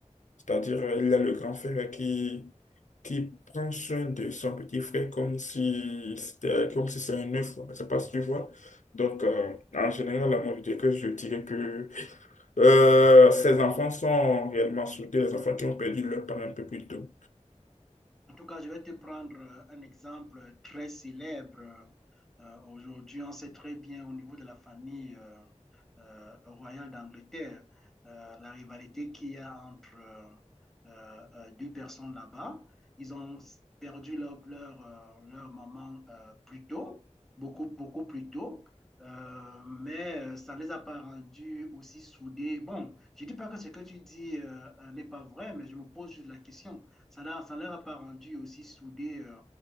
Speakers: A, on the left; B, in the centre.
A: C'est-à-dire, euh, il y a le grand frère qui, qui prend soin de son petit frère comme si c'était, comme si c'était un œuf. Je sais pas si tu vois. Donc, euh, en général, moi, je dirais que, je dirais que euh, ces enfants sont réellement soudés, les enfants qui ont perdu leurs parents un peu plus tôt.
B: En tout cas, je vais te prendre euh, un exemple très célèbre. Euh, aujourd'hui, on sait très bien au niveau de la famille euh, euh, royale d'Angleterre, euh, la rivalité qu'il y a entre euh, euh, euh, deux personnes là-bas. Ils ont perdu leur, leur, euh, leur maman euh, plus tôt, beaucoup, beaucoup plus tôt. Euh, mais euh, ça ne les a pas rendus aussi soudés. Bon, je ne dis pas que ce que tu dis euh, euh, n'est pas vrai, mais je me pose juste la question. Ça ne leur a pas rendu aussi soudé euh,